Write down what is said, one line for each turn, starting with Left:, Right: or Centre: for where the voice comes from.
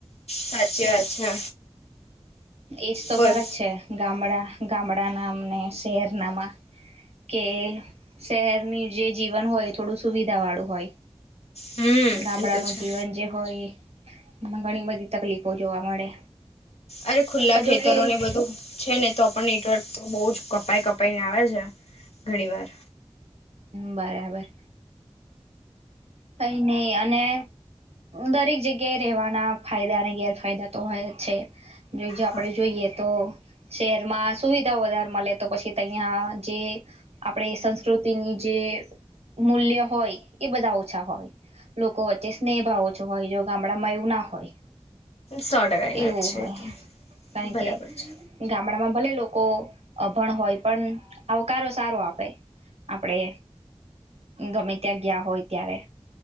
Left: સાચી વાત છે
Right: એજ તો
Left: બોલ
Right: ફરક છે ગામડા ગામડા ને શહેર નામાં કે શહેરની જે જીવન હોય થોડું સુવિધા વાળું હોય.
Left: હમ
Right: ગામડાનું
Left: એ તો છે
Right: જીવન જે હોય એ એમા ઘણી બધી તકલીફો જોવા મળે
Left: અરે ખુલ્લા
Right: પણ જોકે
Left: ખેતરોને બધું છે ને તો પણ નેટવર્ક તો બોજ કપાઈ કપાઈને આવે છે, ઘણી વાર
Right: બરાબર કઈ નઈ અને દરેક જગ્યાએ રહેવાના ફાયદા અને ગેરફાયદા તો હોયજ છે, જો જો આપડે
Left: હા
Right: જોઈએ તો શહેરમાં સુવિધાઓ વધારે મળે તો પછી તહંયા જે આપણેે સંસ્કૃતિની જે મૂલ્ય હોય એ બધા ઓ છા હોય, લોકો વચ્ચે સ્નેહભાવ ઓછો હોય, જો ગામડામાં એું ના હોય.
Left: સો ટકાની વાત
Right: એવું
Left: છે,
Right: હોય. કારણ
Left: બરાબર
Right: કે
Left: છે.
Right: ગામડામાં ભલે લોકો અભણ હોય, પણ આવકારો સારો આપે આપડે ગમે ત્યાં ગયા હોય. ત્યારે.